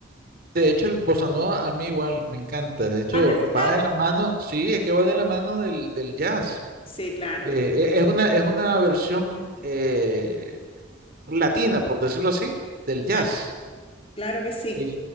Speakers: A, on the right; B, on the left.
A: De hecho, el bossa nova a mí igual me encanta. De hecho,
B: ¿Ah, te gusta?
A: va de la mano, sí, es que va de la mano del, del jazz.
B: Sí, claro,
A: Eh, e- es una, es una versión eh, latina, por decirlo así, del
B: claro,
A: jazz.
B: claro que sí.
A: Y,